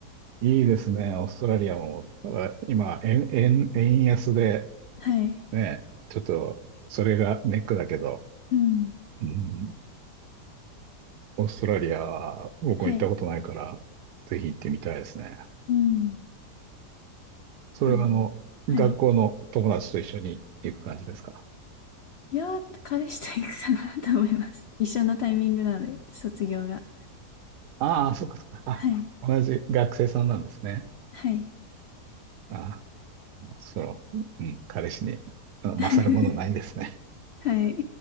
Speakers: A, on the right; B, on the left.
A: いいですね。オーストラリアも、なんか今、円、円、円安で、
B: はい。
A: ね、ちょっと、それがネックだけど、
B: うん。
A: うん、オーストラリアは僕も行ったことないから、
B: はい。
A: ぜひ行ってみたいですね。
B: うん。
A: それは、
B: あの、
A: あの、
B: はい。
A: 学校の友達と一緒に行く感じですか
B: いやー、彼氏と行くかなと思います。一緒のタイミングなので、卒業が。
A: ああー、そっかそっか。あ、
B: はい。
A: 同じ学生さんなんですね。
B: はい。
A: ああその、うん、彼氏に、あの勝るものないですね。
B: <laughs> はい。